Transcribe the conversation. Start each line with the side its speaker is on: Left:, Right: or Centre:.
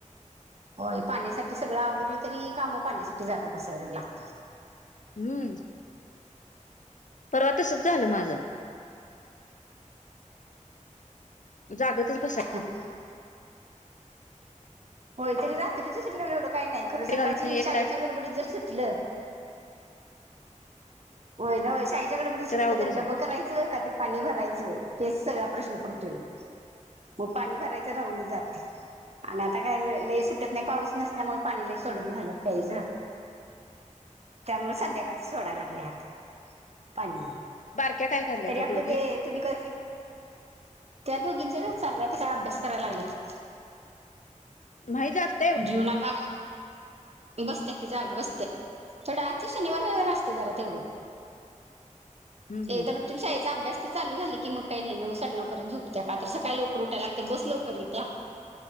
Right: हो पाण्यासाठी सगळं आवरलं तरी काम पाण्यासाठी जाग बसाय लागतील
Left: हम्म परवा तसच झालं माझं जागतच बसाय
Right: हम होय तरी रात्रीच सुटलं एवढं काही नाही खरं सकाळची
Left: घालून एक
Right: शाळेच्या
Left: लाईट
Right: गडबडीत जर सुटलं होय नाय शाईच्याकडे प सुटलं
Left: अवघडच
Right: तर डबं
Left: आहे
Right: करायं का ते पाणी भरायचं तेच सगळ प्रश्न पडतोय मग मग पाणी भरायचं राहूनच जाते आणि आता काय लई सुटत नाही पाऊस नसल्यामुळे पाणी ल सोडून झालं पाहिज त्यामुळे संध्याकाळ सोडायला लागलेत. पाणी
Left: बारक्या काय कराल्या
Right: तरी
Left: त्या
Right: आपलं
Left: दोघी
Right: ते तुम्ही कस. त्या दोघींच व चाललायच काय अभ्यास करायला लागलाय.
Left: नाही जास्त
Right: जुना तर बसत्या की जाग बसत्या थोड्या आजच्या शनिवार रविवार असते जरा तेवढं.
Left: हम्म
Right: एकदण
Left: हम्म
Right: शाळेचा अभ्यास ते चालू झाला की मग काही नाही नऊ साण्णऊ परतंत झुपत्या का तर सकाळी लवकर उठाय लागते बस लवकर येत्या.